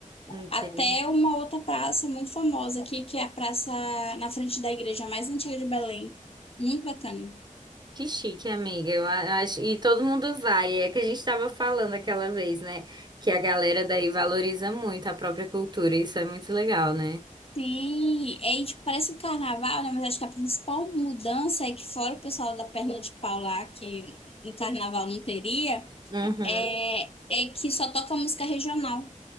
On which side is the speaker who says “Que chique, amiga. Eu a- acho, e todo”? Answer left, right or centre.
Right